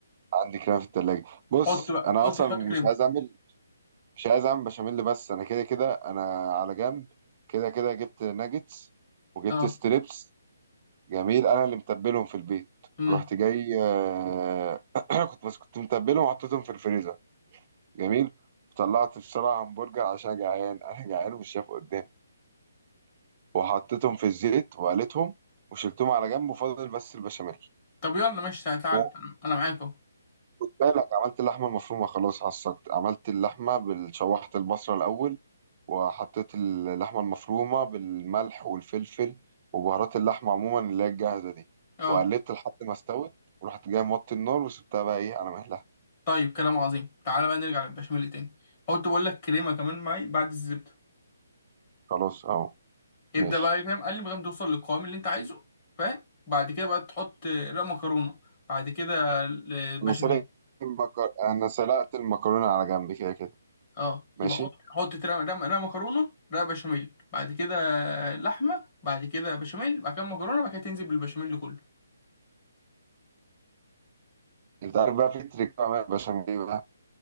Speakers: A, on the right; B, on the left.
A: عندي كلام في التلاجة بص
B: حط بقى
A: انا
B: حط
A: اصلا
B: حط
A: مش
B: كريمة
A: عايز اعمل مش عايز اعمل بشاميل بس انا كده كده انا على جنب كده كده جبت ناجتس وجبت
B: اه
A: ستريبس جميل انا اللي متبلهم في البيت
B: امم
A: رحت جاي آه، <coughs> <clears throat> كنت بس كنت متبلهم وحطيتهم في الفريزر جميل طلعت في شارع همبرجر عشان جعان انا جعان ومش شايف قدامي وحطيتهم في الزيت وقليتهم وشلتهم على جنب وفضل بس البشاميل
B: طب يلا ماشي تعال تعال.
A: وخد
B: انا أنا معاك اهو
A: بالك عملت اللحمه المفرومه خلاص عصقت عملت اللحمه بال- شوحت البصله الاول وحطيت اللحمه المفرومه بالملح والفلفل وبهارات اللحمه عموما اللي هي الجاهزه دي
B: اه
A: وقلبت لحد ما استوت ورحت جاي موطي النار وسبتها بقى ايه على مهلها
B: طيب كلام عظيم تعالى بقى نرجع للبشاميل تاني قلت بقول لك كريمه كمان معي بعد الزبده
A: خلاص اهو
B: ابدا
A: ماشي
B: بقى فاهم قال لي لغايه ما توصل للقوام اللي انت عايزه فاهم بعد كده بقى تحط رق مكرونه بعد كده البشاميل
A: انا سلقت المكر... انا سلقت المكرونه على جنب كده كده
B: اه
A: ماشي
B: يبقى حط حط رق رق- رق مكرونه رق بشاميل بعد كده لحمه بعد كده بشاميل بعد كده مكرونه بعد كده تنزل بالبشاميل كله
A: انت عارف بقى في تريك بعملها بشاميل ايه بقى